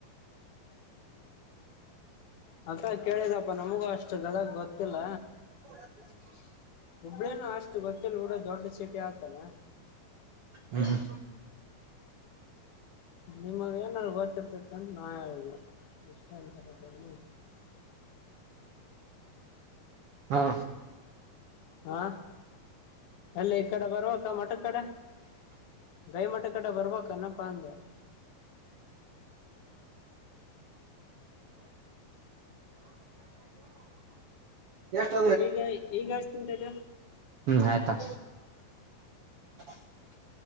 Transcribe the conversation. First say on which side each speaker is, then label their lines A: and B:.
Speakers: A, on the left (about 65°); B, on the right (about 65°).
A: ಅದ ಕೇಳಿದಪ್ಪ ನಮಗೂ ಅಷ್ಟು ಗದಗ್ ಗೊತ್ತಿಲ್ಲ.
B: ಹ.
A: ಹುಬ್ಬಳೇನ ಅಷ್ಟು ಗೊತ್ತಿಲ್ಲ ಕೂಡ ದೊಡ್ಡ ಸೀಟಿ ಆತಲ್ಲ.
B: ಹ್ಮ್.
A: ನಿಮಗ್ ಏನಾದ್ರು ಗೊತ್ತಿರ್ತತಿ ಅಂತ ನಾ ಹೇಳಿದ್ದೇನೆ. ಎಷ್ಟ. <unintelligible>
B: ಹಾ.
A: ಹಾ ಅಲ್ಲಿ ಈ ಕಡೆ ಬರುವಕ್ಕ ಮಠ ಕಡೆ ಗೈ ಮಠ. ಕಡೆ ಬರ್ಬಕನ್ನಪ್ಪಾ
B: <unintelligible> <unintelligible>
A: ಅಂದೆ
B: ಎಷ್ಟ
A: ಈಗ ಈಗ ಎಷ್ಟ ನಿಂತದ
B: ಹ್ಮ್ ಆಯ್ತಾ. ಹ.